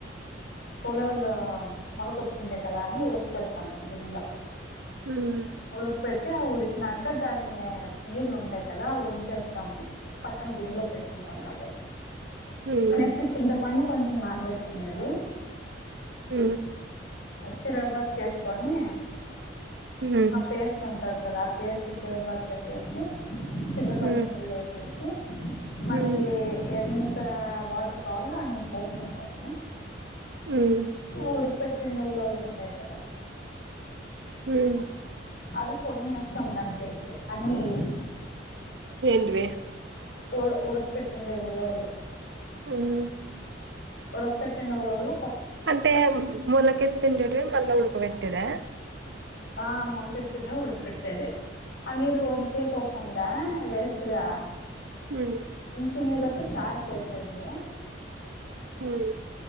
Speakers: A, on the left (about 75°); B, on the right (about 65°).
A: ఉలవలు మొలకొచ్చింటాయి కదా అవి పెడతా గిన్నెలో
B: ఉమ్
A: ఎ పెట్టు ఉడికిన పక్క దాన్ని నీళ్ళు ఉంటాయి కదా వంచేస్తాము పక్కన గిన్నెలో పెట్టుకుంటాము అదే
B: ఉమ్
A: నెక్స్ట్ చింతపండు కొంచెం నానబెట్ నది
B: ఊ
A: తిరుబతికి వేసుకొని
B: ఉమ్
A: ఆ పేస్ట్ ఉంటది కదా పేస్ట్ బదిలకేసి చింతపండు
B: ఉమ్
A: నీళ్ళు వేసేసి మనకి
B: ఉమ్
A: ఎంత వాటర్ కావాలో అంత పోసుకుంటాము
B: ఉమ్
A: ఉడుక పెట్టిన ఉలలు ఉంటాయి కదా
B: ఉమ్
A: అవి కొన్నిస్తాం దాంట్లోకి అన్ని ఏయ
B: ఏంటివి
A: ఏదో ఉడక పెట్టింది ఉలాలు
B: ఏంటి
A: ఉడకపెట్టిన నౌలాల
B: అంటే మొలకెత్ తిండేడివి మళ్ళా ఉడకబెట్టేద
A: ఆ మొలకెత్తినే వుడకపెట్టేదే అ నీళ్ళు వంచేకోకుండా వేస్ట్గా
B: ఊ <unintelligible>
A: చిన్నలతో చార్ చేసేది
B: హ్మ్